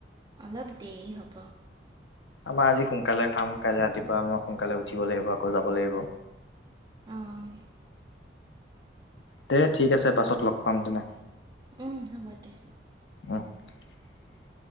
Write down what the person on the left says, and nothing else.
আমাৰ আজি সোনকালে খাম কাইলে ৰাতিপুৱা আমাৰ সোনকালে উঠিব লাগিব আকৌ যাব লাগিব
দে ঠিক আছে পাছত লগ পাম তেনে
<inaudible>